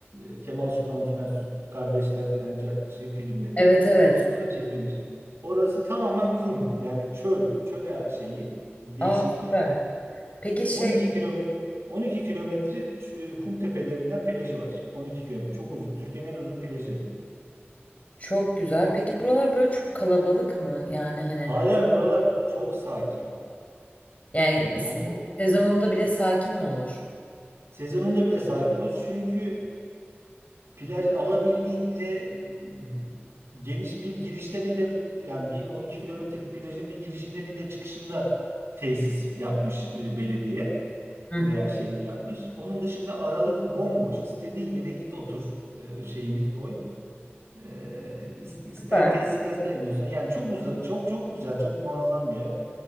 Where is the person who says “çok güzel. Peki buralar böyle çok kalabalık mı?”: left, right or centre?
Left